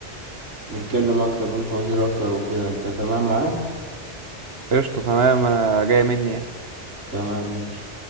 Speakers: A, on the right; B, on the right.
A: نتكلم أكتر من فوازير أكتر وكده أنت تمام معاك؟
B: قشطة تمام انا جاي مني يعني
A: تمام ماشي